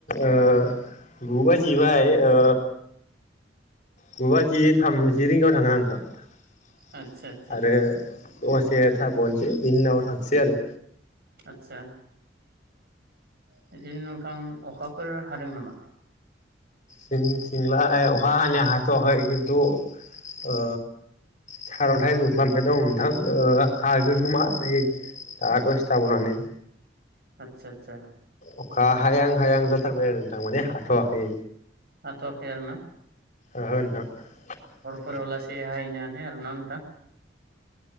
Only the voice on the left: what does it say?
ओ गु बाजिबाय ओ गु बाजि थामजि रिंगायाव थांगोन आं नोंथां।
आरो दसे थाब'नोसै बिनि उनावाव थांसै आरो।
जोंनिथिंलाय अखा हानाया हाथ'वाखै खिन्थु ओ सारन्थाइ मोख्लाबाय दं नोंथां ओ हागोन खोमा नै दा दसे थाबावनानै।
अखा हायां हायां जाथारबाय आरो नोंथां माने हाथ'वाखै।
ओहो नोंथां। <inaudible>